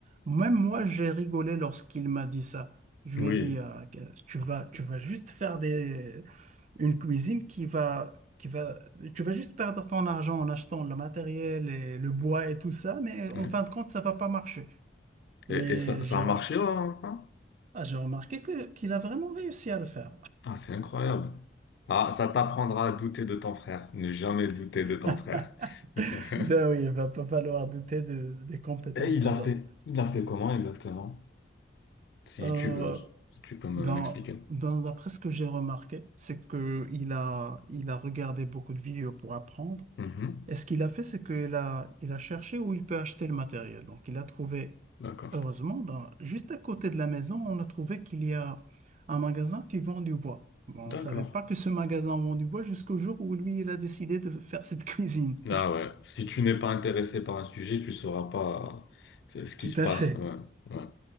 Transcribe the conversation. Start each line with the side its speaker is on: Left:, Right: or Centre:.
Right: même moi, j'ai rigolé lorsqu'il m'a dit ça. Je
Left: Oui,
Right: lui ai dit, euh, que tu vas, tu vas juste faire des, une cuisine qui va, qui va, tu vas juste perdre ton argent en achetant le matériel et le bois et tout ça, mais en
Left: oui.
Right: fin de compte, ça va pas marcher. Mais
Left: Et, et ça,
Right: j'ai
Left: ça a
Right: re-
Left: marché, hein? hein
Right: ah, j'ai remarqué que, qu'il a vraiment réussi à le faire.
Left: Ah, c'est incroyable. Ah, ça t'apprendra à douter de ton frère. Ne jamais douter de ton
Right: <laughs>
Left: frère. <laughs>
Right: Ben oui, il va pas falloir douter de- des compétences
Left: Et il
Right: des
Left: l'a
Right: autres.
Left: fait, il l'a fait comment exactement? Si
Right: Euh,
Left: tu peux, si tu peux me-
Right: ben,
Left: m'expliquer.
Right: ben, d'après ce que j'ai remarqué, c'est que il a, il a regardé beaucoup de vidéos pour apprendre.
Left: Mhm.
Right: Et ce qu'il a fait, c'est qu'il a, il a cherché où il peut acheter le matériel. Donc, il a trouvé,
Left: D'accord.
Right: heureusement, ben, juste à côté de la maison, on a trouvé qu'il y a un magasin qui vend du bois. Bon, on
Left: D'accord.
Right: ne savait pas que ce magasin vend du bois jusqu'au jour où lui, il a décidé de faire cette <laughs> cuisine.
Left: Ah ouais. Si tu n'es pas intéressé par un sujet, tu sauras pas ce ce qui
Right: Tout
Left: se passe.
Right: à fait.
Left: Ouais. Ouais.